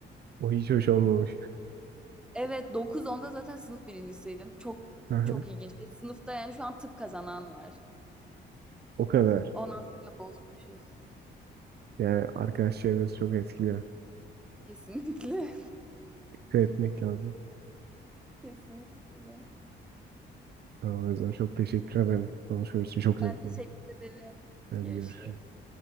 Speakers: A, on the right (about 55°); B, in the centre.
A: O hiç hoş olmamış.
B: Evet 9-10'da zaten sınıf birincisiydim. Çok
A: Hı hı.
B: çok ilginç. Bir sınıfta yani şu an tıp kazanan var.
A: O kadar.
B: Ondan sonra bozmuşuz.
A: Yani arkadaş çevresi çok etkiliyor.
B: Kesinlikle.
A: Dikkat etmek lazım.
B: <laughs> Kesinlikle. öyle.
A: Tamam, o yüzden çok teşekkür ederim. Konuşma için çok zevkli.
B: Ben teşekkür ederim.
A: Hadi
B: Görüşürüz.
A: görüşürüz.